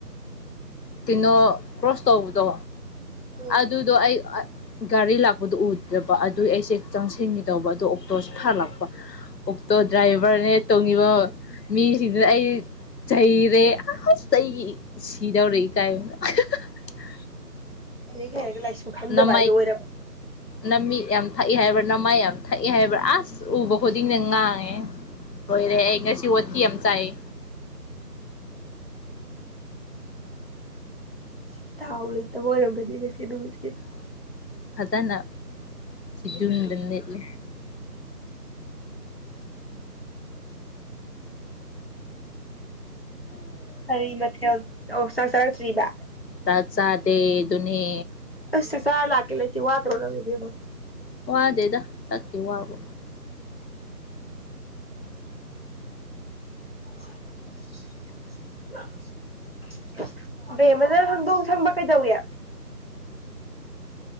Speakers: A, on the left (about 80°); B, on the left (about 40°).
A: ꯀꯩꯅꯣ ꯀ꯭ꯔꯣꯁ ꯇꯧꯕꯗꯣ
B: ꯎꯝ
A: ꯑꯗꯨꯗꯣ ꯑꯩ ꯒꯥꯔꯤ ꯂꯥꯛꯄꯗꯨ ꯎꯗꯕ ꯑꯗꯨꯏ ꯑꯩꯁꯦ ꯆꯪꯁꯤꯟꯈꯤꯗꯧꯕ ꯑꯗꯨ ꯑꯣꯛꯇꯣꯁꯦ ꯐꯠꯂꯥꯛꯄ ꯑꯣꯛꯇꯣ ꯗ꯭ꯔꯥꯏꯚꯔꯅꯦ ꯇꯣꯡꯉꯤꯕ ꯃꯤꯁꯤꯡꯗꯨ ꯑꯩ ꯆꯩꯔꯦ ꯑꯁ ꯑꯩ ꯁꯤꯗꯧꯔꯦ ꯏꯀꯥꯏꯕꯅ <unintelligible>
B: ꯂꯥꯏꯔꯤꯛ ꯍꯩꯔꯒ ꯂꯥꯏꯁꯨ ꯈꯣꯗꯕ
A: ꯅꯃꯥꯏ
B: ꯍꯥꯏꯗꯣ ꯑꯣꯏꯔꯕ
A: ꯅꯃꯤꯠ ꯌꯥꯝ ꯊꯛꯏ ꯍꯥꯏꯕ ꯅꯃꯥꯏ ꯌꯥꯝ ꯊꯛꯏ ꯍꯣꯢꯕ ꯑꯁ ꯎꯕ ꯈꯨꯗꯤꯡꯅ ꯉꯥꯡꯉꯦ ꯂꯣꯏꯔꯦ ꯑꯩ ꯉꯁꯤ ꯋꯊꯣ ꯌꯥꯝ ꯆꯥꯢꯌꯦ
B: ꯁꯤ ꯊꯥꯎ ꯂꯩꯇꯕ ꯑꯣꯏꯔꯝꯒꯗꯤ ꯉꯁꯤ ꯅꯨꯃꯤꯠꯀꯤ
A: ꯐꯖꯟꯅ <unintelligible> ꯅꯤꯠꯂꯦ <unintelligible>
B: ꯀꯔꯤ ꯃꯊꯦꯜ ꯑꯧ ꯆꯥꯛ ꯆꯥꯔꯛꯇ꯭ꯔꯤꯕ
A: ꯆꯥꯛ ꯆꯥꯗꯦ ꯑꯗꯨꯅꯦ
B: ꯑꯁ ꯆꯥꯛ ꯆꯥꯔ ꯂꯥꯛꯀꯦ ꯂꯩꯇꯦ ꯋꯥꯗ꯭ꯔꯣ ꯅꯪ ꯏꯕꯦꯝꯃ
A: ꯋꯥꯗꯦꯗ ꯆꯥꯛꯀꯤ ꯋꯥꯕꯨ
B: <unintelligible> ꯕꯦꯝꯃ ꯅꯪ ꯍꯧꯗꯣꯡ ꯁꯪꯕ ꯀꯩꯗꯧꯏ